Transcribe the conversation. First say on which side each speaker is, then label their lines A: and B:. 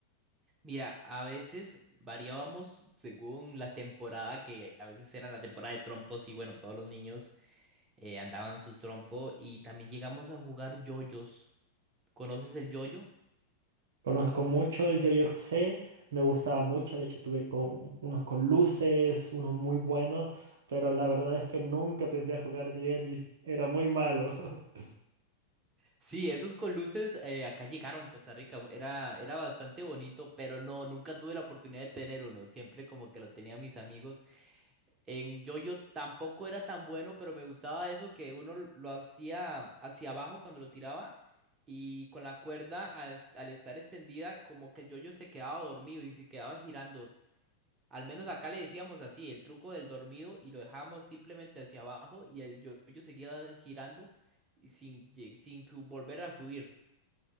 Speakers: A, on the right; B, on the right.
A: Mira, a veces variábamos según la temporada, que a veces era la temporada de trompos y bueno, todos los niños eh, andaban su trompo y también llegamos a jugar yoyos. ¿Conoces el yoyo?
B: Conozco mucho el yo-yo José, me gustaba mucho, de hecho tuve con, unos con luces, unos muy buenos, pero la verdad es que nunca aprendí a jugar bien y era muy malo. <laughs>
A: Sí, esos con luces eh, acá llegaron en Costa Rica, era, era bastante bonito, pero no, nunca tuve la oportunidad de tener uno, siempre como que lo tenían mis amigos. En yo tampoco era tan bueno, pero me gustaba eso que uno lo hacía hacia abajo cuando lo tiraba y con la cuerda al, al estar extendida como que el yo se quedaba dormido y se quedaba girando. Al menos acá le decíamos así, el truco del dormido y lo dejábamos simplemente hacia abajo y el yo seguía girando y sin, lleg- sin su- volver a subir.